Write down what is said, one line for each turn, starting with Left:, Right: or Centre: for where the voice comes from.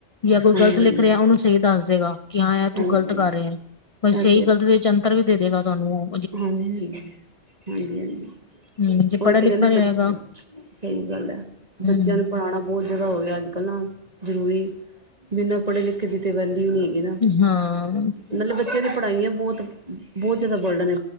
Left: ਯਾ ਕੋਈ
Right: ਹਾਂਜੀ-ਹਾਂਜੀ,
Left: ਗ਼ਲਤ ਲਿਖ ਰਿਹਾ ਓਨੂੰ ਸਹੀ ਦੱਸ ਦੇਗਾ। ਕਿ ਹਾਂ ਐ ਤੂੰ
Right: ਹਾਂਜੀ। ਹਾਂਜੀ
Left: ਗ਼ਲਤ ਕਰ ਰਿਹਾ। ਓ ਸਹੀ
Right: ਇਹ
Left: ਗਲਤ ਦੇ ਚ ਅੰਤਰ ਵੀ ਦੇ ਦੇਗਾ ਤੁਹਾਨੂੰ ਓ।
Right: ਹਾਂਜੀ-ਹਾਂਜੀ-ਹਾਂਜੀ-ਹਾਂਜੀ
Left: ਹੂੰ, ਜੇ
Right: ਓਹੀ
Left: ਪੜ੍ਹਾ
Right: ਤੇ
Left: ਲਿਖਾ
Right: ਕਹਿੰਨੇ
Left: ਨੀ
Right: ਬੱਚੇ
Left: ਹੋਏਗਾ
Right: ਸਹੀ ਗੱਲ ਐ।
Left: ਹੂੰ
Right: ਬੱਚਿਆਂ ਨੂੰ ਪੜ੍ਹਾਣਾ ਬੋਅ ਜਾਦਾ ਹੋ ਗਿਆ ਅੱਜ-ਕੱਲ੍ਹ ਨਾ ਜ਼ਰੂਰੀ ਬਿਨਾਂ ਪੜ੍ਹੇ ਲਿਖੇ ਕਿਸੀ ਦੀ ਵੈਲਯੂ ਨੀ ਹੈਗੀ ਨਾ।
Left: ਹਾਂ।
Right: ਮਤਲਬ ਬੱਚਿਆਂ ਦੀ ਪੜ੍ਹਾਈਆਂ ਬਹੁਤ ਬੋਅ ਜਾਦਾ ਭਰਡਨ ਏ।